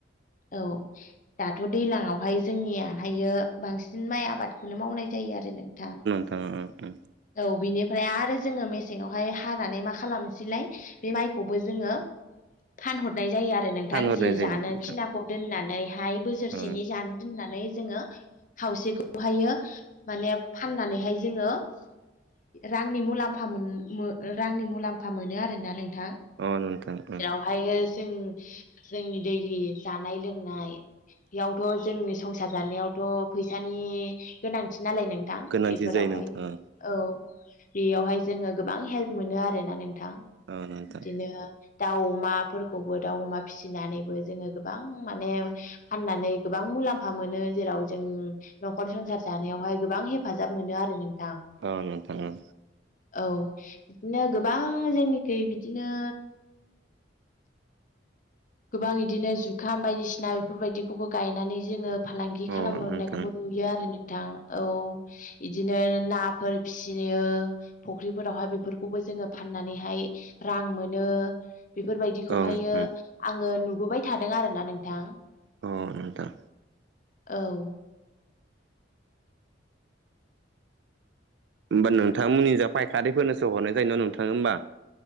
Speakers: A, on the left; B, on the right.
A: औ दाथ दैलांवहाय जोंनियाहायो बांसिन माइ आबादखौनो मावनाय। जायो आरो नोंथाङा।
B: ओ ओ ओ
A: औ बिनिफ्राय आरो जोङो मेसेङावहाय हानानै मा खालामनोसैलाय। बे माइखौबो जोङो। फानहरनाय जायो आरो नोंथां
B: फानहरनाय
A: जि
B: जायो
A: जानो
B: नोंथां
A: खिनाखौ दोननानैहाय बस बोसोरसेनि
B: ओं
A: जानो दोननानै जोङो। खावसेखौहायो माने फाननानैहाय जोङो। इ रांनि मुलामफा मोन मो ओ रांनि मुलाम्फा मोनो आरोना नोंथां।
B: अ नोंथांं ओं
A: बेहाय जों जोंनि दैलि जानाय लोंनाय बेयावथ जोंनि संसार जानायावथ फैसानि गोनांथि नालाय नों थां
B: गोनांथि
A: बेफोरावहाय।
B: जायो नोंथां ओं
A: औ बेयावहाय जोङो गोबां हेल्प मोनो आरोना नोंथां।
B: अ नोंथां
A: बिदिनो दाउ अमाफोरखौबो दाउ अमा फिसिनानैबो जोङो गोबां माने फाननानै गोबां मुलाम्फा मोनो जेराव जों नखर संसार जानायावहाय गोबां हेफाजाब मोनो आरो नोंथां
B: औ नोंथां ओ
A: औ बिदिनो गोबां जोंनिखि बिदिनो गोबां बिदिनो जुखाम बायदिसिना बेफोरबायदिखौबो गायनानै जोङो फालांगि
B: ओं
A: खालामनायखौबो
B: अ नोंथां
A: नुयो आरो नोंथां औ। इदिनो नाफोर फिसियो। फुख्रिफोरावहाय बेफोरखौबो जोङो फाननानैहाय रां मोनो बेफोरबायदिखौहायो
B: ओं ओं
A: आङो नुबोबाय थादों आर ना नोंथां
B: औ नोंथां
A: औ
B: होमबा नोंथांमोननि जा फायखारिफोरनोसो हरनाय जायो ना नोंथाङो होमबा